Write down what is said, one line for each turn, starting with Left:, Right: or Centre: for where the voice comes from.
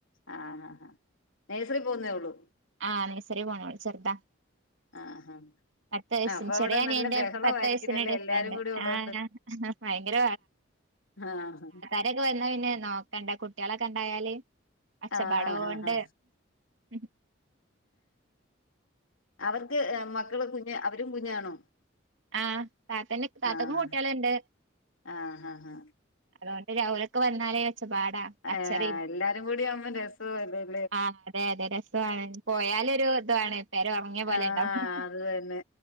Left: ആഹ് അഹ നേഴ്സറീ പോന്നേ ഒള്ളു
Right: ആഹ് നെഴ്സറി പോണേഒള്ളു ചെറുതാ
Left: ആഹ് ഹ
Right: പത്ത് വയസ്സിന്
Left: ആഹ് അപ്പൊ
Right: ചെറിയ
Left: അവിടെ
Right: അനിയന്റെ
Left: നല്ല ബഹള
Right: പത്ത്
Left: ആയിരിക്കലെല്ലേ
Right: വയസ്സിന് ഡിഫറന്റ്
Left: എല്ലാരും കൂടി ഉള്ളോണ്ട്
Right: ആഹ് ഭയങ്കര
Left: ആഹ്
Right: ഇവിടേക്ക് വന്ന പിന്നെ നോക്കണ്ട കുട്ടികളൊക്കെണ്ടായാല് ഒച്ചപ്പാടുംവോണ്ട്
Left: ആഹ് ഹാ ഹാ
Right: ഉം
Left: അവർക്ക് മക്കള് കുഞ്ഞ് അവരും കുഞ്ഞാണോ
Right: ആഹ് താത്തെനും താത്തക്കും
Left: ആഹ്
Right: കുട്ടിയളെണ്ട്
Left: ആഹ് ഹാ ഹാ
Right: അതുകൊണ്ട് അവരൊക്കെ വന്നാലേ ഒച്ചപ്പാടാ കച്ചറയും
Left: ആഹ് എല്ലാരും കൂടിയാവുമ്പം രസവാല്ലേ
Right: ആഹ് അതെ അതെ രസവാണ് പോയാലൊരു ഇതുവാണ് പെര ഒറങ്ങിയപോലെ
Left: ആഹ്
Right: ഇണ്ടാവും <inaudible>
Left: അത് തന്നെ